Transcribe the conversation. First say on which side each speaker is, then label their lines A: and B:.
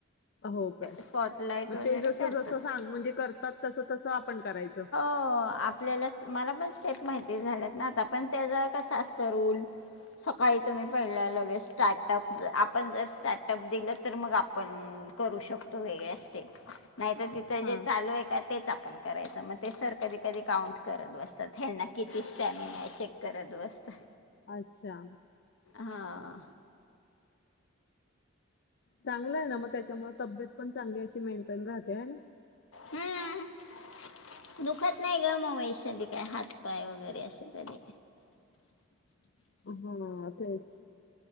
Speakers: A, on the left; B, on the left.
A: हो काय?
B: स्पॉटलाईट वगैरे
A: ते जस
B: करतच
A: जस सांग म्हणजे करतात तस तसं आपण करायचं
B: हा आपल्याला मला पण स्टेप माहिती झाल्यात ना आता पण त्याचा कसं असतं रूल सकाळी तुम्ही पहिल्या लगेच स्टार्टअप आपण जर स्टार्टअप दिलं तर मग आपण. करू शकतो वेगळ्या स्टेप नाहीत तिथं
A: हा
B: जे चालू आहे का? तेच आपण करायचं मग ते सर कधी कधी काउंट करत बसतात हना किती स्टॅमिना आहे चेक करत. मस्त हा
A: अच्छा
B: हां
A: चांगलं आहे ना मग त्याच्यामुळे तब्येत पण चांगली अशी मेंटेन राहते आहे ना.
B: हम्म दुखत नाही ग मग वैशाली काय? हातपाय वगैरे असे कधी?
A: <inaudible> हा हा तेच